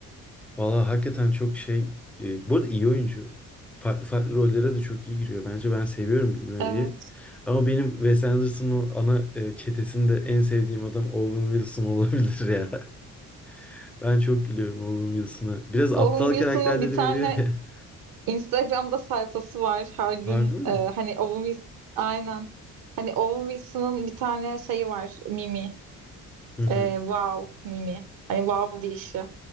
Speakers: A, in the centre; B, on the right.
A: Valla hakikaten çok şey. E, bu arada iyi oyuncu. Farklı farklı rollere de çok iyi giriyor. Bence ben seviyorum Bill Murray'i.
B: Evet.
A: Ama benim Wes Anderson'ın o ana e, çetesinde en sevdiğim adam Owen Wilson olabilir ya. <laughs> Ben çok gülüyorum Owen Wilson'a. Biraz aptal
B: Owen Wilson'ın
A: karakterleri
B: bir tane
A: veriyor ya.
B: Instagram'da sayfası var. Her gün
A: <laughs> Harbi mi?
B: e, hani Owen Wilson aynen. Hani Owen Wilson'ın bir tane şeyi var. Mimi.
A: Hı hı.
B: E, wow Mimi. Hani wow deyişi.